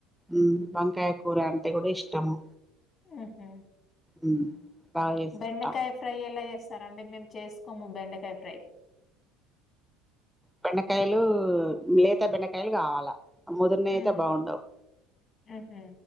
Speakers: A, in the centre; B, on the left (about 35°).
A: ఉమ్ వంకయి కూర అంట్ తే గోడే ఇష్టము
B: ఉహ్
A: ఉమ్ బాగా చేసుకుంటాం
B: బెండకాయ ఫ్రై ఎలా చెస్ సరే అండి మేమ్ చేస్ కోము బెండకాయ ఫ్రై
A: బెండకాయిలు లేత బెండకాయలు కావాలా ముదిర్ నయ్
B: హ్మ్.
A: అయితే బాఉండవు
B: హుహు.